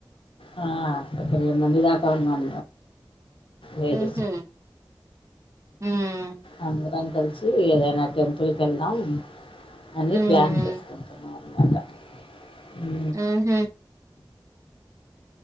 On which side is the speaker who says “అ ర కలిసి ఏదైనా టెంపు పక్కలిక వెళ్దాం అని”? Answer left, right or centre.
Left